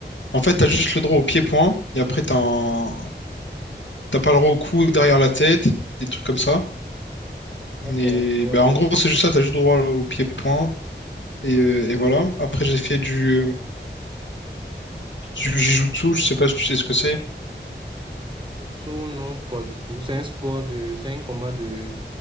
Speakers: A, on the left; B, on the right.
A: En fait, t'as juste le droit au pied-point, et après t'as un... t'as pas le droit au coup derrière la tête, des trucs comme ça.
B: d'accord,
A: Et
B: je vois.
A: bah, en gros, c'est juste ça, t'as juste le droit au pied-point, et, euh, et voilà. Après, j'ai fait du, du jujutsu, je sais pas si tu sais ce que c'est.
B: Saut, non, pas du tout. C'est un sport de. C'est un combat de.